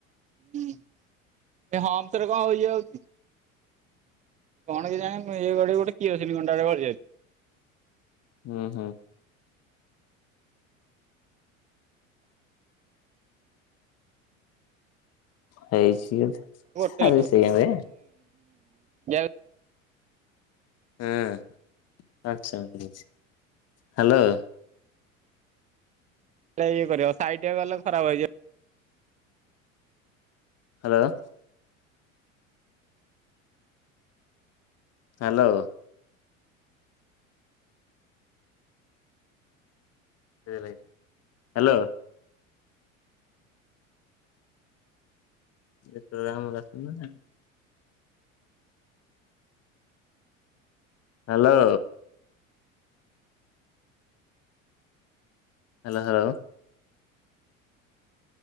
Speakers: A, on the right; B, on the left.
A: ହୁଁ ସେଇ ହମ୍ପ୍ସ ରେ କଣ ଇଏ ହଉଛି। କଣ କେଜାଣି <unintelligible> କିସର୍ସିନି କଣ୍ଟା ଟେ ଗଳି ଯାଇଛି।
B: ହୁଁ ହୁଁ। ହେଇଛି
A: ଟେଲ
B: ଆରେ
A: ଗ
B: ସେଇଆ ବେ
A: <unintelligible>
B: ହେଁ ଆଛା ହ୍ୟାଲୋ।
A: ହେ ଇଏ କରିବ ସାଇଟି ରେ ଗଲେ ଖରାପ ହେଇଯିବ।
B: ହ୍ୟାଲୋ। ହ୍ୟାଲୋ। ସେ ନାଇ ହ୍ୟାଲୋ। ଏଶାମ ଆସ <unintelligible> hello. Hello hello